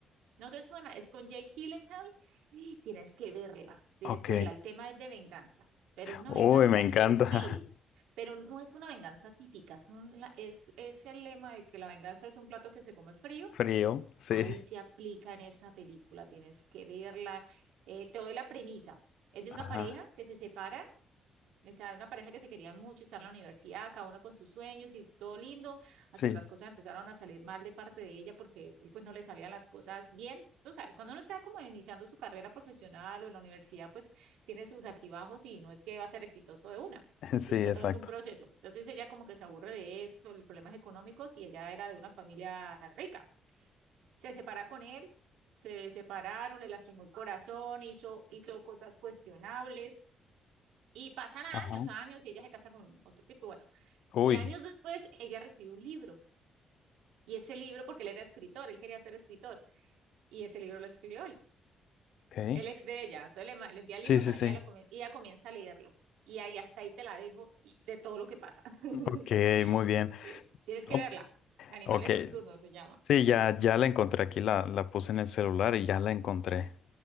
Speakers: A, on the right; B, on the left.
A: ¿No te suena? Es con Jake Gyllenhaal <gasps> y tienes que verla, tienes
B: Ok.
A: que verla. El tema es de venganza, pero es una
B: Uy,
A: venganza
B: me encanta.
A: sutil, pero no es una venganza típica, es, un la- es, es el lema de que la venganza es un plato que se come frío
B: <laughs> Frío, sí.
A: ahí se aplica en esa película, tienes que verla. Eh, te doy la premisa. Es de
B: Ajá.
A: una pareja que se separa, o sea, una pareja que se querían mucho, están en la universidad, cada uno con sus sueños y todo lindo, hasta
B: Sí,
A: que las cosas empezaron a salir mal de parte de ella porque pues no le salían las cosas bien. Tú sabes, cuando uno está como iniciando su carrera profesional o en la universidad, pues tiene sus altibajos y no es que va a ser exitoso de una,
B: <laughs> sí,
A: sino que
B: exacto.
A: todo es un proceso. Entonces ella como que se aburre de eso, los problemas económicos y ella era de una familia rica se separa con él, se separaron, le lastimó el corazón, hizo, hizo cosas cuestionables y pasan
B: Ajá.
A: años, años y ella se casa con otro tipo, bueno,
B: Uy,
A: y años después ella recibe un libro y ese libro, porque él era escritor, él quería ser escritor y ese libro lo escribió él,
B: ok.
A: el ex de ella, entonces le, le envía el
B: Sí,
A: libro
B: sí,
A: para
B: sí.
A: que ella lo comience y ella comienza a leerlo y ahí hasta ahí te la dejo y de todo lo que pasa. <laughs>
B: Ok, muy bien.
A: Eh, tienes que
B: Oh,
A: verla, Animales
B: ok.
A: Nocturnos se llama.
B: Sí, ya, ya la encontré aquí, la, la puse en el celular y ya la encontré.